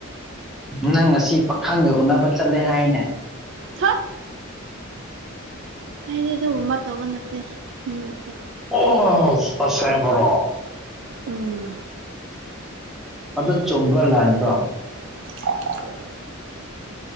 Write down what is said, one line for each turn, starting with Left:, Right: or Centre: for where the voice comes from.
Centre: ꯅꯪ ꯑꯁꯤ ꯄꯥꯈꯪꯒ ꯎꯅꯕ ꯆꯠꯂꯦ ꯍꯥꯏꯅꯦ
Right: ꯊꯠ ꯑꯩꯗꯤ ꯑꯗꯨꯒꯨꯝꯕ ꯇꯧꯕ ꯅꯠꯇꯦ ꯃꯤ ꯅꯠꯇꯦ
Centre: ꯑꯣ ꯑꯁꯦꯡꯕꯔꯣ
Right: ꯎꯝ
Centre: ꯑꯗꯨ ꯆꯣꯡꯕ꯭ꯔꯥ ꯂꯥꯛꯕ꯭ꯔꯣ
Right: <unintelligible>